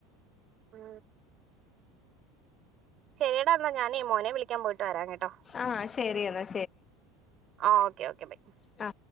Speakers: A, on the right (about 40°); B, on the left (about 25°).
A: ആ ശെരിടാ എന്നാ ഞാനെ മോനെ വിളിക്കാൻ പോയിട്ട് വരാ കേട്ടോ
B: ആഹ് ശരി എന്നാ
A: ആ ഓക്കെ ഓക്കെ ബൈ.
B: ആ